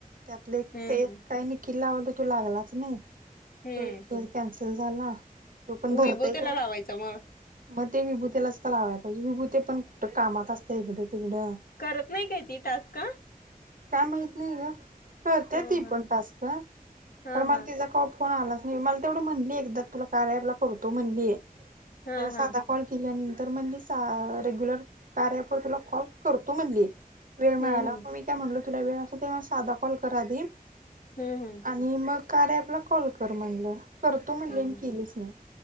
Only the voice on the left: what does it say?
हम्म
हम्म
हम्म
विभू त्याला
लावायचा मग
करत नाही काय ती टास्क.
हा
हा
हा
हा
हा
हा
हम्म
हम्म
हम्म हम्
हम्म